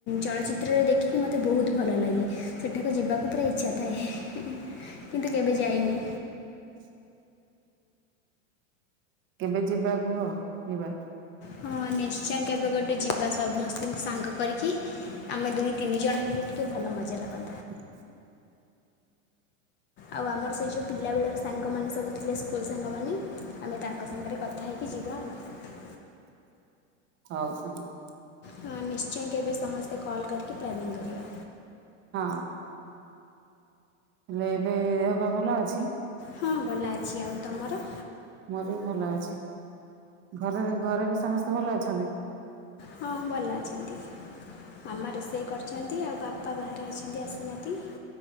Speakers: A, on the left; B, on the right.
A: ଚଳଚ୍ଚିତ୍ରରେ ଦେଖିକି ମୋତେ ବହୁତ ଭଲ ଲାଗେ। ସେଠାକୁ ଯିବାକୁ ପୁରା ଇଛା ଥାଏ କିନ୍ତୁ କେବେ ଯାଇନି।
B: <inaudible> କେବେ ଯିବା କୁହ ଯିବା?
A: ହଁ ନିଶ୍ଚୟ କେବେ ଗୋଟେ ଯିବା ସମସ୍ତଙ୍କୁ ସାଙ୍ଗ କରିକି ଆମେ ଦୁଇ ତିନି ଜଣ ହେଲୁ ଟିକେ ଭଲ ମଜା ନବା।
B: <inaudible>
A: ଆଉ ଆମର ସେଇ ଯୋଉ ପିଲା ବେଳର ସାଙ୍ଗମାନେ ସବୁ ଥିଲେ ସ୍କୁଲ ସାଙ୍ଗମାନେ ଆମେ ତାଙ୍କ ସାଙ୍ଗରେ କଥା ହେଇକି ଯିବା ଆଉ।
B: ଆଉ ସାଙ୍ଗ?
A: ହଁ ନିଶ୍ଚୟ କେବେ ସମସ୍ତେ କଲ୍ କରିକି ପ୍ଲାନିଂ କରିବା।
B: ହଁ ହେଲେ ଏବେ ଦେହ ପା ଭଲ ଅଛି??
A: ହଁ ଭଲ ଅଛି ଆଉ ତମର?
B: ମୋର ବି ଭଲ ଅଛି। ଘରେ ବି ଘରେ ବି ସମସ୍ତେ ଭଲ ଅଛନ୍ତି?
A: ହଁ ଭଲ ଅଛନ୍ତି। ମାମା ରୋଷେଇ କରିଛନ୍ତି ଆଉ ବାପା ବାହାରେ ଅଛନ୍ତି ଆସିନାହାଁନ୍ତି।